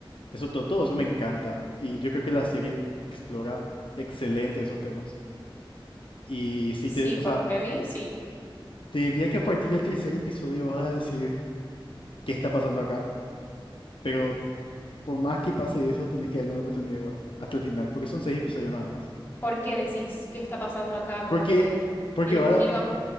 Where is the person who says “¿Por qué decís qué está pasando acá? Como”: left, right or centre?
Left